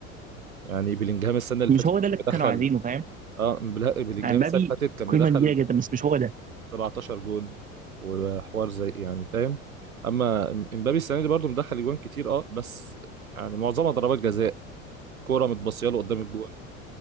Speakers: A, on the right (about 85°); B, on the right (about 20°).
A: يعني بلينجهام السنه اللي
B: مش
A: فاتت
B: هو
A: كان
B: ده اللي كانوا
A: مدخل
B: عايزينه فاهم
A: اه بل- بلينجهام
B: يعني مبابي
A: السنه اللي فاتت كان
B: قيمه
A: مدخل
B: كبيره جدا بس مش هو ده
A: 17 جون وحوار زي يعني فاهم اما امبابي السنه دي برضه مدخل اجوان كتير اه بس يعني معظمها ضربات جزاء كوره متبصيه له قدام الجون